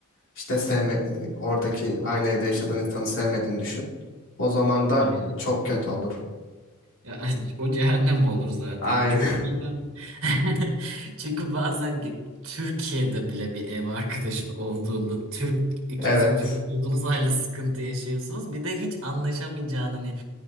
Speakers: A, on the left; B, on the right.
A: İşte sevme, oradaki aynı evde yaşadığın insanı sevmediğini düşün. O zaman da
B: Aynen.
A: çok kötü olur.
B: Ya, <laughs> o cehennem olur zaten.
A: Aynen.
B: Çünkü
A: <laughs>
B: bazen <laughs> çünkü bazen ge- Türkiye'de bile bir ev arkadaşın olduğunda Türk ikiniz
A: Evet.
B: de Türk olduğunuz halde sıkıntı yaşıyorsunuz. Bir de hiç anlaşamayacağın hani